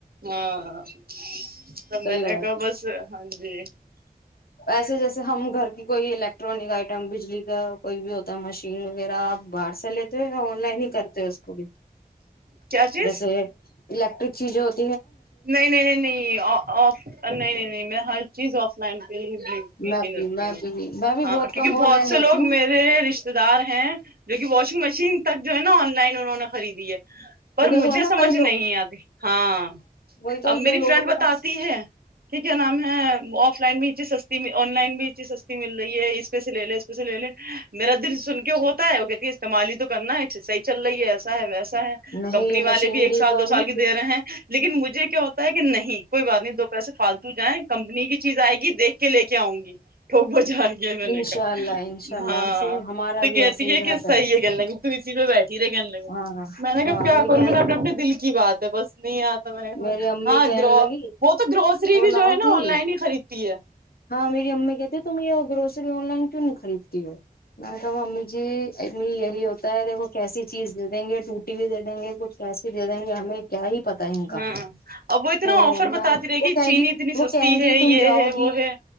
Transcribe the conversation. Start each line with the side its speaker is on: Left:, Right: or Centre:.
Right: ہاں تو
Left: صحیح
Right: میں نے
Left: بات
Right: کہا بس جی
Left: ایسے جیسے ہم گھر کی کوئی الیکٹرانک آئٹم بجلی کا کوئی بھی ہوتا ہے مشین وغیرہ آپ باہر سے لیتے یا آن لائن ہی کرتے اسکول
Right: کیا چیز
Left: جیسے الیکٹرک چجت <unintelligible>
Right: نہیں نہیں نہیں نہیںف نہیں نہیں نہیں میں ہر چیز آف لائن پہ ہی یقین
Left: میں بھی
Right: رکھتی
Left: میں
Right: ہوں
Left: بھی میں بھی
Right: ہاں کیونکہ
Left: کم آن
Right: بہت
Left: لائن
Right: سے
Left: لیتی
Right: لوگ
Left: ہوں
Right: میرے رشتے دار ہیں جو کہ واشنگ مشین تک جو ہے نا آن لائن انہوں نے خریدی ہے پر
Left: دیکھو
Right: مجھے
Left: نا
Right: سمجھ
Left: کئی
Right: نہیں
Left: لوگ
Right: آتی ہاں
Left: وہی تو
Right: اب
Left: جو
Right: میری
Left: لوگوں
Right: فرینڈ
Left: کے
Right: بتاتی
Left: پاس
Right: ہے کہ کیا نام ہے آف لائن بھی یہ چیز سی آن لائن بھی چیز سستی مل رہی ہے اس پہ سے لے لے اس پہ سے لے لے میرا دل سن کے ہوتا ہے وہ کہتی ہے استعمال ہی تو کرنا ہے صحیح چل رہی ہے ایسا ہے وسا
Left: نہیں
Right: کمپنی والے
Left: مشینری
Right: بھی ایک سال
Left: کا
Right: دو سال
Left: نا
Right: کی دے رہے ہیں لیکن مجے کیا ہوتا ہے کہ نہیں کوئی بات نہیں دو پیسے فالتو جائیں کمپنی کی چیز آئے گی دیکھ کے لے کے آؤں گی ٹوک بڑ جاے میں نے
Left: انشاء
Right: کہ
Left: اللہ انشاء اللہ
Right: ہاں
Left: ہم سے ہمارا
Right: تو
Left: بھی
Right: کہتی
Left: ایسے ہی
Right: ہے
Left: رہتا
Right: کہ صحیح ہے کر لگ کسی پ ب بیٹے <unintelligible> دھیرے گنے لگے
Left: ہاں
Right: میں نے
Left: ہاں
Right: کب کیا
Left: وہی
Right: کروں
Left: کہ
Right: میں اپنے اپنے دل کی بات ہے بس نہیں آ <inaudible>
Left: میری امی
Right: ہاں
Left: کہنے
Right: گ
Left: لگی
Right: وہ تو گروسری بھی جو
Left: لاؤ
Right: ہے نا
Left: گی
Right: آن لائن ہی خریدتی ہے
Left: ہاں میری امی کہتی تم یہ گروسری آن لائن کیوں نہیں خریدتی ہو میں نے کہا امی جی امی یہی ہوتا ہے دیکھو کیسی چیز دے دیں گے ٹوٹی بھی دے دیں گے کچھ کیسی دے دیں گے ہمیں کیا ہی پتا ہے ان کا
Right: ہاں اب وہ اتنا
Left: تو
Right: آفر
Left: میں
Right: بتاتی رہے
Left: وہ کہ
Right: چینی
Left: گی
Right: اتنی
Left: وہ
Right: سستی
Left: کہیں
Right: ہے
Left: گی تم
Right: یہ
Left: جاؤ
Right: ہے
Left: گی
Right: وہ ہے